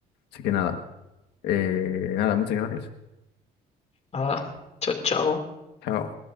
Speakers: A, on the left; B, on the left.
A: Así que nada, eh, nada, muchas gracias.
B: Nada. Chao, chao.
A: Chao.